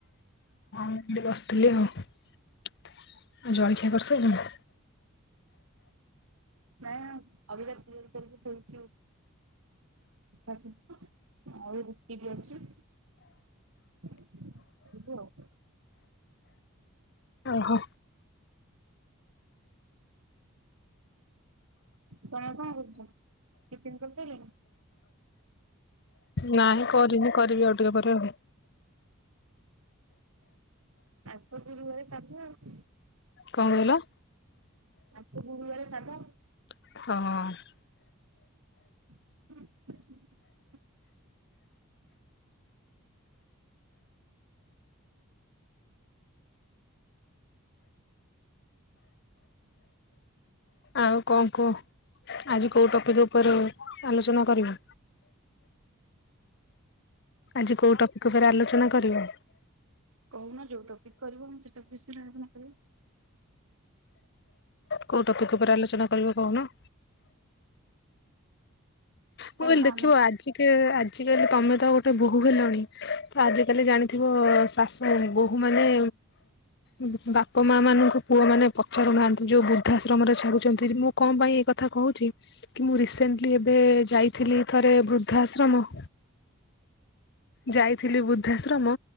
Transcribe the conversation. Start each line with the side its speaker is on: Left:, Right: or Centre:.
Left: ଏମିତି ବସିଥିଲି ଆଉ ଆଉ ଜଳଖିଆ କରିସାରିଲଣି?
Right: ନାଇଁ ଅବିକା ଶୋଇକି ଉଠିଲୁ। ହଁ ଆଉ ରୁଟି ବି ଅଛି। <unintelligible>
Left: ଓହୋ
Right: ତମେ କଣ ରହୁଛ ଟିଫିନ୍ କରିସାରିଲିଲଣି?
Left: ନାଇଁ କରିନି କରିବି ଆଉ ଟିକେ ପରେ ଆଉ।
Right: ଆଜି ତ ଗୁରୁବାର ସାଧା ଆଉ।
Left: କଣ କହିଲ?
Right: ଆଜି ତ ଗୁରୁବରେ ସାଧା ଆଉ।
Left: ହଁ
Right: ହ <inaudible>
Left: ଆଉ କଣ କୁହ ଆଜି କୋଉ ଟପିକ୍ ଉପରେ ଆଲୋଚନା କରିବା? ଆଜି କୋଉ ଟପିକ୍ ଉପରେ ଆଲୋଚନା କରିବ?
Right: କହୁନ ଯଉଁ ଟପିକ୍ କହିଲେ ମୁଁ ସେ ଟପିକ୍ ବିସୟରେ ଆଲୋଚନା କରିବି।
Left: କଉଁ ଟପିକ୍ ଉପରେ ଆଲୋଚନା କରିବ କହୁନ? ମୁ
Right: ଚାଲୁନ
Left: କହିଲ ଦେଖିବ
Right: ଆମେ
Left: ଆଜି କେ ଆଜିକାଲି ତମେ ତ ଗୋଟେ ବୋହୂ ହେଲଣି, ତ ଆଜିକାଲି ଜାଣିଥିବ ଶାସ ଉ ବହୁ ମାନେ ଉ ବାପା ମା ମାନଙ୍କୁ ପୁଅ ମାନେ ପଚାରୁ ନାହାନ୍ତି ଯୋଉ ବୃଦ୍ଧାଶ୍ରମ ରେ ଛାଡୁଚନ୍ତି ମୁଁ କଣ ପାଇଁ ଏକଥା କହୁଚି କି ମୁଁ ରିସେଣ୍ଟଲି ଏବେ ଯାଇଥିଲି ଥରେ ବୃଦ୍ଧାଶ୍ରମ। ଯାଇଥିଲି ବୃଦ୍ଧାଶ୍ରମ